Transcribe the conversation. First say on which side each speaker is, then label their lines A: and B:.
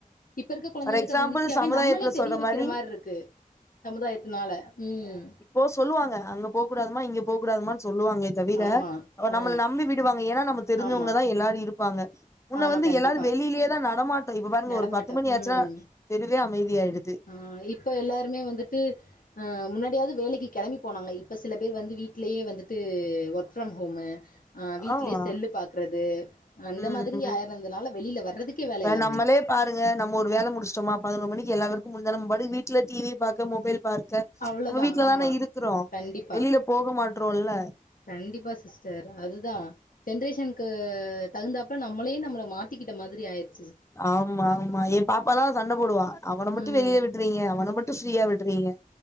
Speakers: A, on the left; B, on the left.
A: இப்ப இருக்க குழந்தைங்களுக்கு
B: ஃபார் எக்ஸாம்பிள்
A: அது ஈஸியாவே
B: சமுதாயத்துல
A: நம்மளே தெரிய
B: சொல்ற
A: வைக்கிற
B: மாரி
A: மாதிரி இருக்கு சமுதாயத்தினால ம்
B: போ சொல்லுவாங்க அங்க போ கூடாதுமா இங்க போகடதுமனு சொல்லுவாங்க தவிர
A: ஆமா
B: நம்மள
A: ஆ
B: நம்பி விட் வாங்க ஏன்னா நம்ம தெரிஞ்சவங்க
A: ஆமா
B: தா எல்லாரும் இருப்பாங்க உன்ன
A: ஆமா
B: வந்து
A: கண்டிப்பா
B: எல்லாரும் வெளியிலயே தா நடமாட் இப்ப பாருங்க
A: நடமாட்டோ
B: ஒரு பத்து மணி ஆச்சுன்னா
A: ம்
B: தெருவே அமைதிய ஆயிடு
A: ஆ இப்ப எல்லாருமே வந்துட்டு அ முன்னாடியாது வேலைக்கு கிளம்பி போனாங்க இப்ப சில பேர் வந்து வீடலேயே வந்துட்டு ஒர்க் ஃப்ரம் ஹோம் ஆ வீட்டலயே
B: ஆமா
A: செல்லு பா்க்கறது அந்த
B: ம்
A: மாதிரி
B: ம்
A: ஆயறதுனால வெளியில வர்றதுக்கே வேல
B: இப்ப
A: இல்லாம
B: நம்மளே
A: ஆயிடுச்சு
B: பாருங்க நம்ம ஒரு வேல முடிச்சோமா பதினொரு மணிக்கு எல்லாருக்கு முஞ்சா நம் வீட்ல டிவி பாக்க மொபைல் பார்க்க
A: அவ்ளோதா
B: நம்ம வீட்டுலதானே
A: ஆமா
B: இருக்கிறோம்
A: கண்டிப்பா
B: வெளியில போக மாட்டறோம்ல்ல
A: கண்டிப்பா சிஸ்டர் அதுதான் ஜெனரேசனுக்கு தகுந்தாஅப்ல நம்மளே நம்மள மாத்திக்கிட்ட மாரி ஆயிருக்
B: ஆமா ஆமா என் பாப்பாதா சண்ட போடுவான் அவன மட்டும்
A: ம்
B: வெளியில விட்டுறீங்க அவன மட் ஃப்ரீயா விடுறீங்க